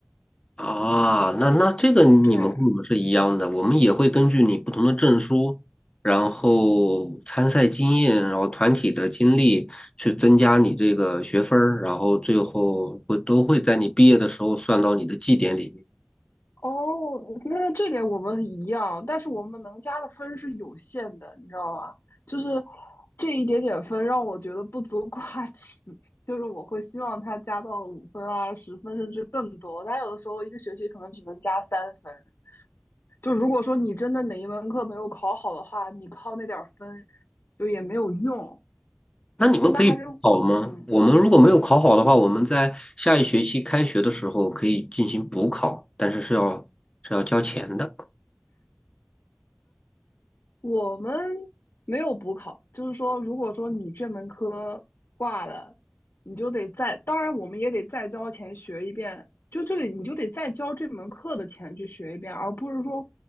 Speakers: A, on the left; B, on the left.
A: 啊，那那这个你们跟我们是一样的，
B: 对，
A: 我们也会根据你不同的证书，然后参赛经验，然后团体的经历去增加你这个学分儿，然后最后会都会在你毕业的时候算到你的绩点里面。
B: 哦，那那这点我们一样，但是我们能加的分是有限的，你知道吗？就是这一点点分让我觉得不足挂齿，<laughs> 就是我会希望他加到五分啊、十分甚至更多，但有的时候一个学期可能只能加三分。就如果说你真的哪一门课没有考好的话，你靠那点儿分就也没有用，
A: 那你们可以考吗？
B: 但他还是嗯。
A: 我们如果没有考好的话，我们在下一学期开学的时候可以进行补考，但是是要是要交钱的
B: 我们没有补考，就是说，如果说你这门科挂了，你就得再，当然我们也得再交钱学一遍，就这个你就得再交这门课的钱去学一遍，而不是说